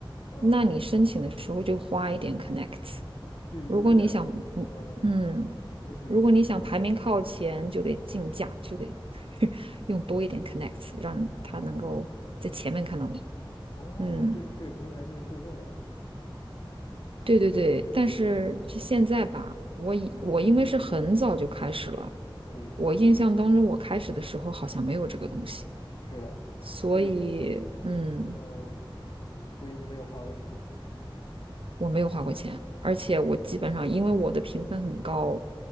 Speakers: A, on the left; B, on the right.
A: 嗯，
B: 那你申请的时候就花一点 connect。s
A: 就有点儿，
B: 如果你想，嗯嗯，
A: 嗯，类似于积分儿。
B: 如果你想排名靠前，就得竞价，就得 <laughs> 用多一点 connect，s 让他能够在前面看到你。
A: 哦哦，
B: 嗯，
A: 这个这个平台就是做这个的。
B: 对对对。但是是现在吧，我以我因为是很早就开始了，
A: 嗯嗯。
B: 我印象当中我开始的时候好像没有这个东西，
A: 是的，
B: 所以嗯，
A: 这个，嗯嗯，所以你没有花过钱，
B: 我没有花过钱，而且我基本上因为我的评分很高，